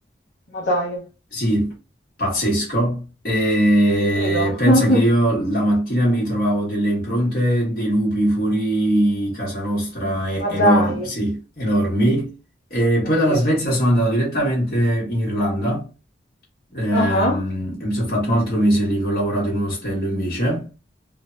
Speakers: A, on the left; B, on the left.
A: Ma dai,
B: sì, pazzesco. E
A: ci credo.
B: pensa
A: <laughs>
B: che io la mattina mi trovavo delle impronte dei lupi fuori casa nostra, e-
A: Ma
B: enormi,
A: dai,
B: sì, enormi. E poi
A: pazzesco.
B: dalla Svezia sono andato direttamente in Irlanda ehm,
A: Ah, ah,
B: e mi sono fatto un altro mese lì che ho lavorato in un ostello invece.